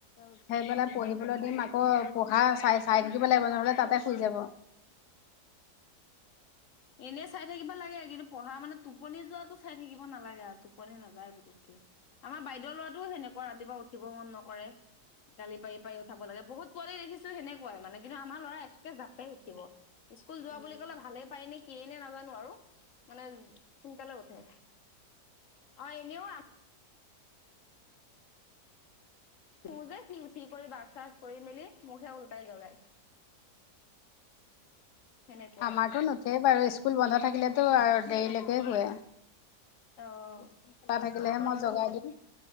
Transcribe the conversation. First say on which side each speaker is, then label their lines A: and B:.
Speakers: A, on the left (about 75°); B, on the left (about 55°).
A: উঠাই পেলাই পঢ়িবলৈ দিম আকৌ পঢ়া চাই চাই থাকিব লাগিব নহ'লে তাতে শুই যাব
B: এনেই চাই থাকিব লাগে কিন্তু পঢ়া মানে টোপনি যোৱাতটো চাই থাকিব নালাগে আৰু টোপনি নাযায় বুলু আমাৰ বাইদেউ লৰাটোও সেনেকুৱা ৰাতিপুৱা উঠিব মন নকৰে গালি পাৰি পাৰি উঠাব লাগে বহুত পোৱালি দেখিছো সেনেকুৱাই মানে কিন্তু আমাৰ লৰা একে জাপে উঠিব স্কুল
A: আমাৰতো
B: যোৱা বুলি ক'লে ভালেই পায় নে কিয়েই নে নাজানো আৰু মানে সোনকালে উঠে অ এনেও শুও যে সি উঠি কৰি ব্ৰাছ চাছ কৰি মেলি মোকহে উলটাই জগাই সেনেকুৱা
A: আমাৰতো
B: সি
A: নুঠেই বাৰু স্কুল বন্ধ থাকিলে আৰু দেৰি লৈকে শুৱে
B: অ আমাৰ
A: স্কুল খোলা থাকিলেহে মই
B: বাৰু
A: জগাই দিম।